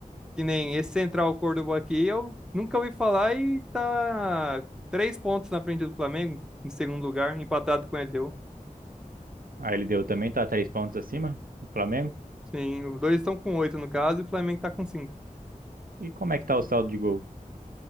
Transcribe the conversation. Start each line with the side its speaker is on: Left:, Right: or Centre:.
Centre: Que nem esse Central Córdoba aqui, eu nunca ouvi falar e tá três pontos na frente do Flamengo, em segundo lugar, empatado com o LDU.
Right: A LDU também tá três pontos acima do Flamengo.
Centre: Sim, os dois estão com oito no caso e o Flamengo tá com cinco.
Right: E como é que tá o saldo de gol?